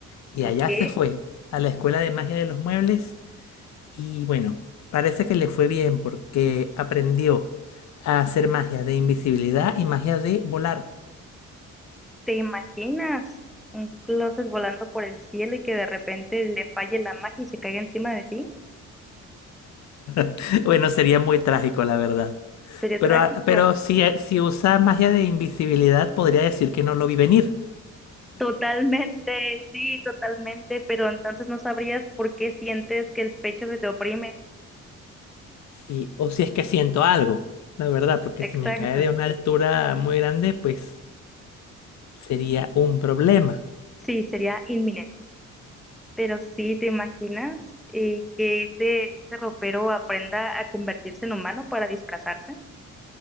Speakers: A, on the left; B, in the centre.
A: Y
B: ok,
A: allá se fue, a la escuela de magia de los muebles, Y bueno, parece que le fue bien porque aprendió a hacer magia de invisibilidad y magia de volar.
B: te imaginas un closet volando por el cielo y que de repente le falle la magia y se caiga encima de ti,
A: <laughs> Bueno, sería muy trágico, la verdad.
B: sería
A: Pero,
B: trágico.
A: a- pero si, eh, si usa magia de invisibilidad, podría decir que no lo vi venir.
B: Totalmente, sí, totalmente, pero entonces no sabrías por qué sientes que el pecho se te oprime.
A: Sí, o si es que siento algo, la verdad, porque
B: Exacto.
A: si me cae de una altura muy grande, pues sería un problema.
B: Sí, sería inminente. Pero sí, ¿te imaginas eh, que ese, ese ropero aprenda a convertirse en humano para disfrazarse?